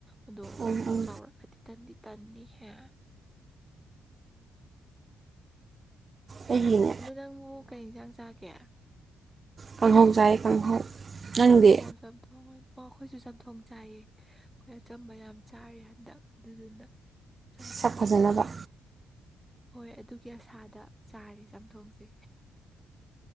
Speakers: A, in the centre; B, on the right (about 40°).
A: ꯑꯗꯣ
B: ꯎꯝ ꯎꯝ
A: ꯆꯥꯎꯔꯛꯑꯗꯤ ꯇꯟꯗꯤ ꯇꯟꯅꯤꯍꯦ
B: ꯑꯩꯒꯤꯅꯦ
A: ꯑꯗꯣ ꯅꯪꯕꯨ ꯀꯩ ꯌꯦꯟꯁꯥꯡ ꯆꯥꯒꯦ
B: ꯀꯪꯍꯧ ꯆꯥꯏ ꯀꯥꯡꯍꯧ ꯅꯪꯗꯤ
A: ꯑꯣꯍꯣ ꯆꯝꯊꯣꯡ ꯑꯣꯏꯅ ꯑꯣ ꯑꯩꯈꯣꯏꯁꯨ ꯆꯝꯊꯣꯡ ꯆꯥꯏꯌꯦ ꯑꯩꯈꯣꯏ ꯑꯆꯝꯕ ꯌꯥꯝ ꯆꯥꯔꯦ ꯍꯟꯗꯛ ꯑꯗꯨꯗꯨꯅ ꯆꯝꯊꯣꯡ
B: ꯁꯛ
A: ꯑꯣꯏꯅ
B: ꯐꯖꯅꯕ
A: ꯆꯥꯔꯦ ꯍꯣꯏ ꯑꯗꯨꯒꯤ ꯑꯁꯥꯗ ꯆꯥꯔꯦ ꯆꯝꯊꯣꯡꯁꯦ